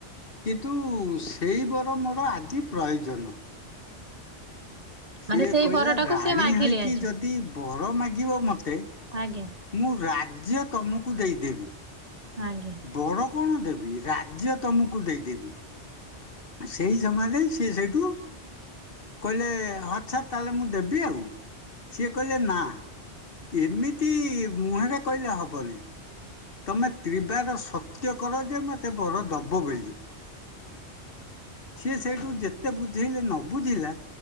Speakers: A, on the left (about 55°); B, on the right (about 35°).
A: କିନ୍ତୁ ସେଇ ବର ମୋର ଆଜି ପ୍ରୟୋଜନ ସିଏ
B: ମାନେ ସେଇ
A: କହିଲା
B: ବରଟାକୁ
A: ରାଣୀ
B: ସିଏ ମାଗିଲେ
A: ହେଇକି
B: ଆଜି।
A: ଯଦି ବର ମାଗିବ ମତେ
B: ଆଜ୍ଞା
A: ମୁଁ ରାଜ୍ୟ ତମକୁ ଦେଇଦେବି।
B: ଆଜ୍ଞା
A: ବଡ କଣ ଦେବି ରାଜ୍ୟ ତମକୁ ଦେଇଦେବି। ସେଇ ସମୟରେ ସିଏ ସେଇଠୁ କହିଲେ ଆଚ୍ଛା ତାହେଲେ ମୁଁ ଦେବି ଆଉ ସିଏ କହିଲେ ନାଁ ଏମିତି ମୁହଁରେ କହିଲେ ହବନି। ତମେ ତ୍ରିବାର ସତ୍ୟ କର ଯେ ମତେ ବର ଦବ ବୋଲି। ସିଏ ସେଇଠୁ ଯେତେ ବୁଝେଇଲେ ନ ବୁଝି ହେଲା